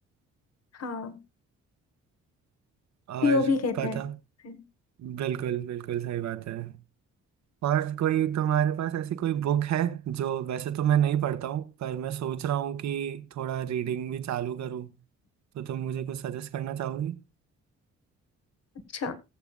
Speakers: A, on the left; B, on the right.
A: हाँ
B: और
A: पीओवी कहते
B: पता
A: हैं
B: बिल्कुल बिल्कुल सही बात है और कोई तुम्हारे पास ऐसी कोई बुक है जो वैसे तो मैं नहीं पढ़ता हूँ पर मैं सोच रहा हूँ कि थोड़ा रीडिंग भी चालू करूँ तो तुम मुझे कुछ सजेस्ट करना चाहोगी
A: अच्छा